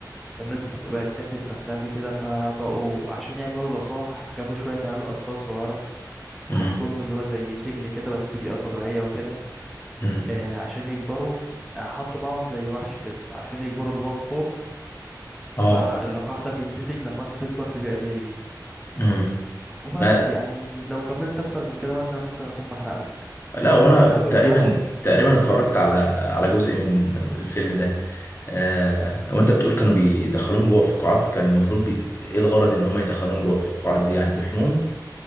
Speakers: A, in the centre; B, on the left.
A: الناس بت- بقت تحبس نفسها فيه كده فبقوا عشان يعملوا لقاح جابوا شوية عيال أطفال صغيرة حطوهم
B: امم
A: اللي هو زي سجن كده بس بيئة طبيعية وكده
B: امم
A: آه عشان يكبروا آه حطوا معاهم زي وحش كده فعشان يكبروا اللي هو في خوف فاللقاح
B: اه
A: ده بيتنتج لما انت تكبر في بيئة زي دي
B: امم
A: وبس
B: لا
A: يعني لو كملت أكتر من كده مثلا ممكن أكون بحرق لك
B: لا
A: بس
B: وانا
A: انت لو حابب
B: تقريبا
A: تعرف
B: تقريبا اتفرجت على على جزء من الفيلم ده آه وانت بتقول كانوا بيدخلون جوه فقاعات كان المفروض بي... ايه الغرض ان هم يدخلون جوه الفقاعات دي يعني بيحمون